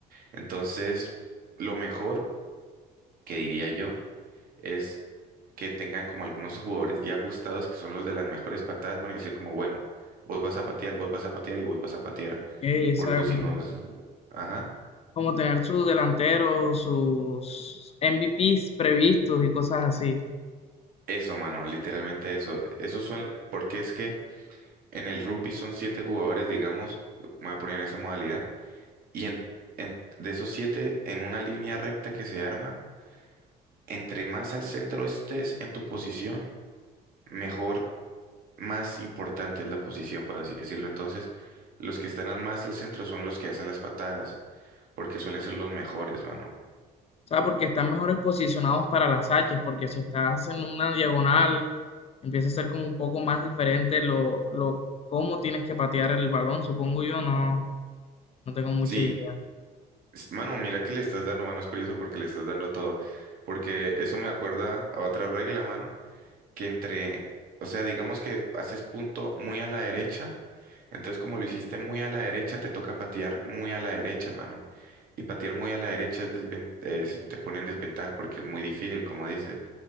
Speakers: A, on the right (about 60°); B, on the left (about 35°).
A: Entonces, lo mejor que diría yo es que tengan como algunos jugadores ya ajustados que son los de las mejores patadas, mano, y decir como, bueno, vos vas a patear, vos vas a patear y vos vas a patear,
B: Ey, o
A: porque o si
B: como,
A: no es, ajá.
B: tener sus delanteros, sus MVPs previstos y cosas así.
A: Eso, mano, literalmente eso. Eso suena, porque es que en el rugby son siete jugadores, digamos, me voy a poner en esa modalidad, y en, en- de esos siete, en una línea recta que se arma, entre más al centro estés en tu posición, mejor, más importante es la posición, por así decirlo. Entonces, los que están al más al centro son los que hacen las patadas, porque suelen ser los mejores, mano.
B: O sea, porque están mejores posicionados para las H, porque si estás en una diagonal, empieza a ser como un poco más diferente lo, lo cómo tienes que patear el balón, supongo yo, no, no tengo mucha
A: Sí,
B: idea.
A: es- mano, mira que le estás dando, mano, es curioso porque le estás dando todo, porque eso me acuerda a otra regla, mano que entre, o sea, digamos que haces punto muy a la derecha, entonces como lo hiciste muy a la derecha, te toca patear muy a la derecha, mano. Y patear muy a la derecha es desven- es- te pone en desventaja porque es muy difícil, como dices.